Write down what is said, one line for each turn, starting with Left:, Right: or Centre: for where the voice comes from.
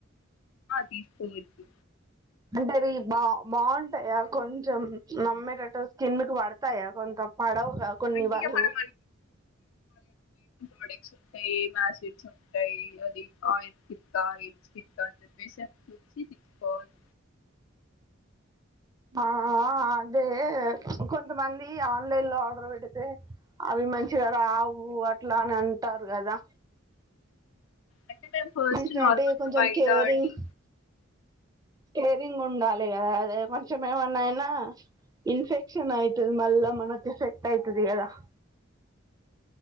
Left: తీసుకోవచ్చు
Right: అంటే అది బాగుంటాయా కొంచెం నమ్మేటట్టు స్కిన్కి పడతాయా కొంత పడవు కొన్ని
Left: అంటే
Right: వాళ్ళు
Left: ఇగ మనం ప్రడక్ట్స్ ఉంటాయి మసడ్స్ ఉంటాయి అది ఆస్కాస్కా అని చెప్పేసి ఎ వచ్చి తీసుకోవాలి
Right: ఆ అదే కొంతమంది ఆన్లైన్ లో ఆర్డర్ పెడితే అవి మంచిగా రావు అట్లా అని అంటారు కదా
Left: అంటే మేము ఫస్ట్
Right: మనిషిన
Left: నార్మల్గా
Right: అంటే కొంచెం
Left: బయట
Right: కేరింగ్
Left: డీ
Right: కేరింగ్ ఉండాలి కదా అదే కొంచెం ఏమన్నాయినా ఇన్ఫెక్షన్ అవుతుంది మళ్ళా మనకు ఎఫెక్ట్ అవుతుంది కదా